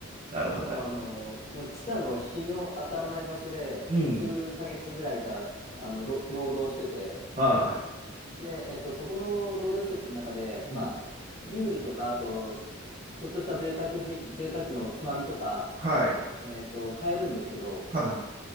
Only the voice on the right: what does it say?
なるほど、
なるほど。
うん。
は
い。うん。
はい。
はい。